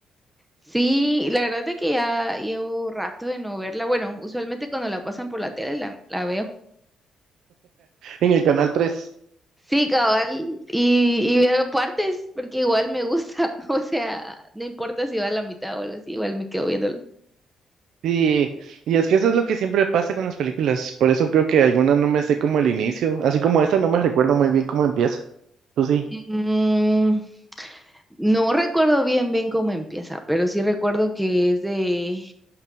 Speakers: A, in the centre; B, on the right.
A: Sí, la verdad es de que ya llevo rato de no verla. Bueno, usualmente cuando la pasan por la tele la, la veo.
B: En el canal 3.
A: Sí, cabal, y, y veo partes porque igual me gusta, <laughs> o sea, no importa si va a la mitad o algo así, igual me quedo viéndolo.
B: Sí, y es que eso es lo que siempre pasa con las películas. Por eso creo que algunas no me sé como el inicio. Así como esta, no me recuerdo muy bien cómo empieza. Tú sí.
A: Mm, no recuerdo bien bien cómo empieza, pero sí recuerdo que es de